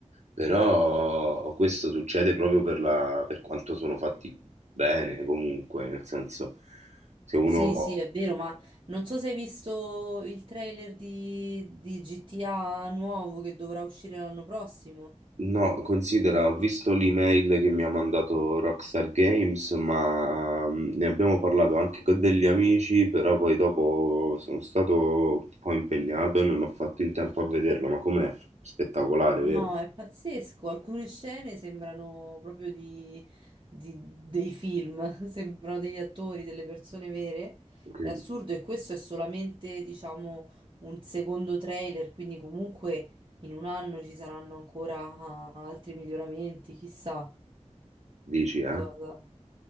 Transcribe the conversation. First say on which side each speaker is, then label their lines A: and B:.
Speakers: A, on the right (about 70°); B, on the right (about 45°).
A: però questo succede proprio per la- per quanto sono fatti bene comunque, nel senso se uno...
B: Sì, sì, è vero, ma non so se hai visto il trailer di, di GTA nuovo che dovrà uscire l'anno prossimo.
A: No, considera, ho visto l'email che mi ha mandato Rockstar Games, ma mm, ne abbiamo parlato anche con degli amici, però poi dopo sono stato un po' impegnato e non ho fatto in tempo a vederlo, ma com'è spettacolare, vero?
B: No, è pazzesco. Alcune scene sembrano proprio di, di- dei film, <laughs> sembrano degli attori, delle persone vere.
A: Che-
B: È assurdo e questo è solamente, diciamo, un secondo trailer, quindi comunque in un anno ci saranno ancora altri miglioramenti, chissà
A: Dici, eh?
B: cosa.